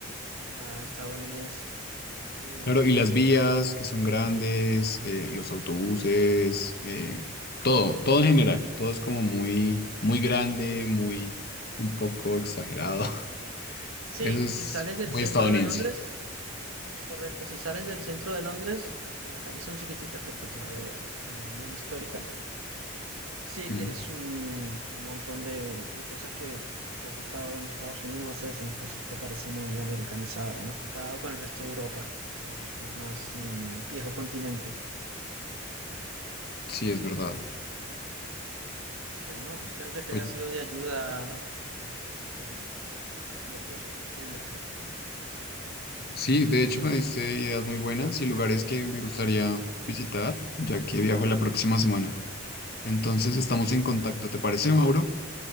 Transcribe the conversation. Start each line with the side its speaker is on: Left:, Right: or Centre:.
Right: a la estadounidense. Y,
Left: Claro,
Right: mm,
Left: y las vías
Right: pero tam-
Left: que son grandes, eh, los autobuses, eh, todo, todo en general, todo es como muy, muy grande, muy, un poco exagerado. <laughs>
Right: Sí,
Left: Eso es
Right: si sales del
Left: muy
Right: centro
Left: estadounidense.
Right: de Londres, Correcto, si sales del centro de Londres, que las calles son chiquititas porque todavía son muy históricas, sí tienes
Left: Mm,
Right: un, un montón de, de cosas que si has estado en Estados Unidos vas a decir, pues esto parece muy americanizado, ¿no? Comparado con el resto de Europa, que, que es más mm, viejo continente.
Left: sí, es verdad.
Right: Bueno, espero que te
Left: Oye,
Right: haya sido de ayuda el- lo- los tips de viaje.
Left: sí, de hecho me diste ideas muy buenas y lugares que me gustaría visitar, ya que viajo la próxima semana. Entonces
Right: Perfecto.
Left: estamos en contacto, ¿te parece, Mauro?